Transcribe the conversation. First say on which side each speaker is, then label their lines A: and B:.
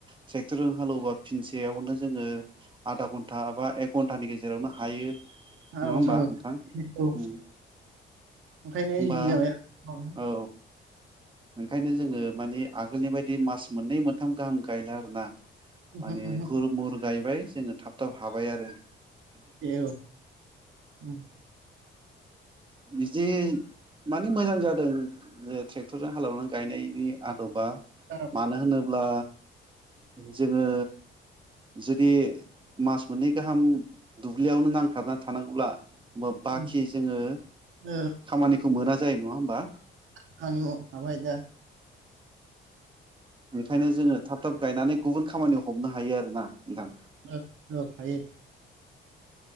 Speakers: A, on the right; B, on the right.
A: ट्रेक्टरजों हालौबा फिनसेयावनो जोङो आधा घन्टा बा एक घन्टानि गेजे जेरावनो हायो नङा
B: औ औ
A: होमबा नोंथां।
B: बेनो
A: उम
B: ओंखायनो
A: होनबा
B: इजि जाबाय आरो
A: औ ओंखायनो जोङो मानि आगोलनि बायदि मास मोननै मोन्थाम गाहाम गायला आरोना।
B: उमहो
A: माने
B: उमहो
A: हुर मुर गायबाय जोङो थाब थाब हाबाय आरो।
B: दे <inaudible>
A: बिदि माने मोजां जादों बे ट्रे क्टरजों खालामनानै गायनायनि आदबा।
B: दा
A: मानो होनोब्ला जोङो जुदि मास मोननै गाहाम दुब्लियावनो नांथाबनानै थानांगौब्ला <inaudible>
B: उम
A: <unintelligible> जोङो
B: ओ
A: खामानिखौ मोना जायो नङा होमबा।
B: <unintelligible> हाबायदा
A: बेनिखायनो जोङो थाब थाब गायनानै गुबुन खामानियाव हमनो हायो आरोना। नोंथां
B: औ औ हायो।